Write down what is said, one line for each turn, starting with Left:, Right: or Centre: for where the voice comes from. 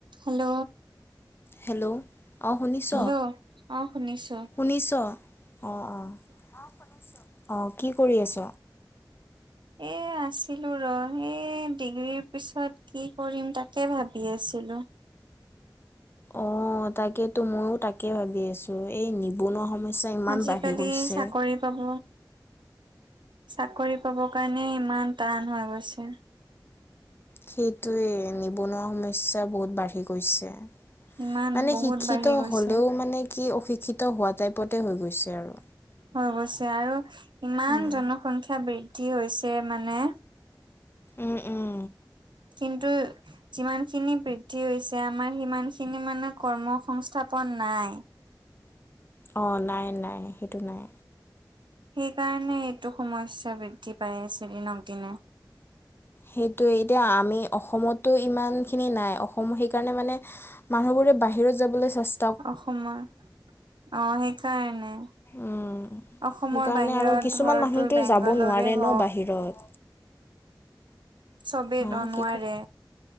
Right: Hello
Left: hello অ শুনিছ
Right: hello অ শুনিছো
Left: শুনিছ অ অ শুনিছো, অ কি কৰি আছ।
Right: এই আছিলোঁ ৰ এই ডিগ্ৰীৰ পিছত কি কৰিম তাকে ভাবি আছিলোঁ
Left: অ তাকেইতো ময়ো তাকে ভাবি আছো এই নিবনুৱা সমস্যা ইমান
Right: আজিকালি
Left: বাঢ়ি গৈছে।
Right: চাকৰি পাব চাকৰি পাব কাৰণে ইমান টান হৈ গৈছে
Left: সেইটোৱে নিবনুৱা সমস্যা বহুত বাঢ়ি গৈছে।
Right: ইমান
Left: মানে
Right: বহুত
Left: শিক্ষিত
Right: বাঢ়ি গৈছে
Left: হ'লেও মানে কি অশিক্ষিত হোৱা টাইপতে হৈ গৈছে আৰু।
Right: হয় অৱশ্যে আৰু ইমান
Left: উম
Right: জনসংখ্যা বৃদ্ধি হৈছে মানে
Left: উম উম,
Right: কিন্তু যিমান খিনি বৃদ্ধি হৈছে আমাৰ সিমান খিনি মানে কৰ্ম সংস্থাপন নাই।
Left: অঁ নাই নাই সেইটো নাই।
Right: সেইকাৰণে এইটো সমস্যা বৃদ্ধি পাই আছে দিনক দিনে।
Left: সেইটোৱে এতিয়া আমি অসমতো ইমানখিনি নাই অসম সেইকাৰণে মানে মানুহবোৰে বাহিৰত যাবলৈ চেচ-
Right: অসমৰ অ সেইকাৰণে
Left: উম
Right: অসমৰ
Left: সেইকাৰণে
Right: বাহিৰত
Left: আৰু কিছুমান
Right: ধৰ
Left: মানুহতো
Right: তোৰ বেংগলৰে
Left: যাব নোৱাৰে
Right: হওক
Left: ন বাহিৰত।
Right: চবেইতো
Left: হা কি
Right: নোৱাৰে।
Left: ক